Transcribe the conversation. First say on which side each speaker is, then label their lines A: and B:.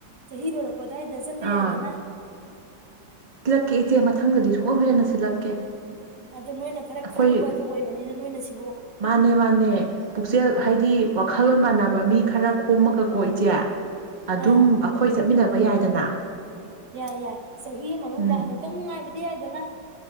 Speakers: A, on the right (about 60°); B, on the right (about 25°).
A: ꯆꯍꯤ ꯂꯣꯏꯔꯛ ꯄꯗꯥꯏꯗ ꯆꯠꯇ
B: ꯑꯥ
A: ꯌꯥꯏꯗꯅ
B: ꯀꯦ ꯏꯆꯦ ꯃꯊꯪꯗꯗꯤ ꯁꯨꯍꯣꯏ ꯍꯣꯏꯗꯅ ꯁꯤꯜꯂꯛꯀꯦ
A: ꯑꯗꯨ ꯅꯣꯏꯅ ꯈꯔ
B: ꯑꯩꯈꯣꯏ
A: ꯈꯪꯕꯗꯨ ꯑꯣꯏꯕꯅꯤꯅ ꯅꯣꯏꯅ ꯁꯤ
B: ꯃꯥꯅꯦ ꯃꯥꯅꯦ ꯄꯨꯛꯆꯦꯜ ꯍꯥꯏꯗꯤ ꯋꯥꯈꯜꯂꯣꯟ ꯃꯥꯟꯅꯕ ꯃꯤ ꯈꯔ ꯈꯣꯝꯃꯒꯀꯣ ꯏꯆꯦ ꯑꯗꯨꯝ
A: ꯑꯥ
B: ꯑꯈꯣꯏ ꯆꯠ ꯆꯠꯃꯤꯟꯅꯕ ꯌꯥꯏꯗꯅ
A: ꯌꯥꯏ ꯌꯥꯏ ꯆꯍꯤ ꯃꯅꯨꯡꯗ
B: ꯎꯝ
A: ꯑꯃꯨꯛꯇꯪ ꯅꯨꯡꯉꯥꯏꯕꯗꯤ ꯌꯥꯏꯗꯅ꯫